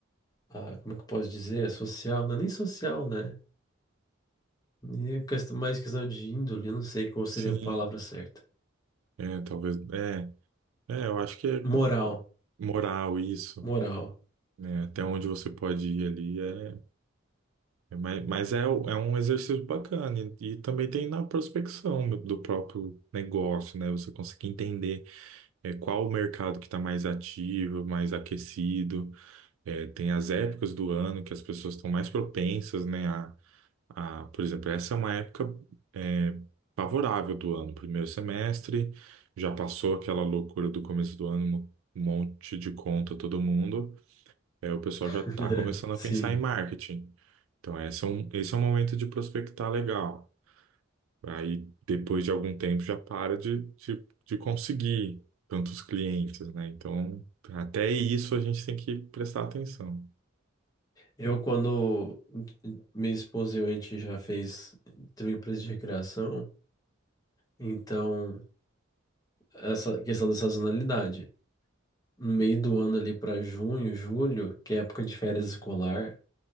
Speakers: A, on the left; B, on the right.
A: a- como é que eu posso dizer? A social, não é nem social, né? E quest- mais questão de índole, eu não sei qual seria
B: Sim,
A: a palavra certa.
B: é, talvez, é, é, eu acho que é
A: Moral,
B: moral isso,
A: moral.
B: né? Até onde você pode ir ali é, é mas, mas é, o- é um exercício bacana e, e também tem na prospecção do próprio negócio, né? Você conseguir entender é, qual o mercado que está mais ativo, mais aquecido. É, tem as épocas do ano que as pessoas estão mais propensas, né? A, a, por exemplo, essa é uma época é, favorável do ano, primeiro semestre, já passou aquela loucura do começo do ano, um monte de conta todo mundo, é, o pessoal
A: <laughs>
B: já está começando
A: Sim.
B: a pensar em marketing. Então, esse é um, esse é um momento de prospectar legal. Aí, depois de algum tempo, já para de, de, de conseguir tantos clientes, né? Então, até isso a gente tem que prestar atenção.
A: Eu, quando minha esposa e eu, a gente já fez, teve empresa de recreação, então essa questão da sazonalidade. No meio do ano ali para junho, julho, que é época de férias escolar,